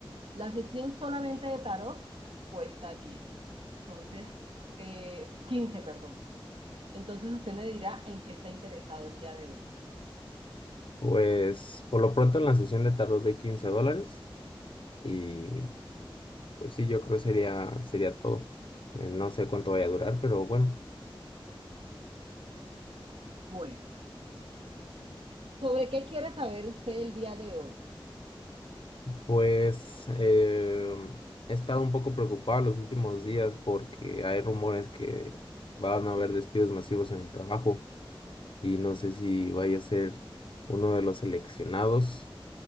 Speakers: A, on the right; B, on the left.
A: La sesión solamente de tarot cuesta diez entonces, eh, 15, perdón. Entonces usted me dirá en qué está interesado el día de hoy.
B: Pues por lo pronto en la sesión de tarot de 15 dólares y pues sí, yo creo sería, sería todo. Eh, no sé cuánto vaya a durar, pero bueno,
A: Bueno, ¿sobre qué quiere saber usted el día de hoy?
B: pues eh, he estado un poco preocupado los últimos días porque hay rumores que van a haber despidos masivos en el trabajo y no sé si vaya a ser uno de los seleccionados.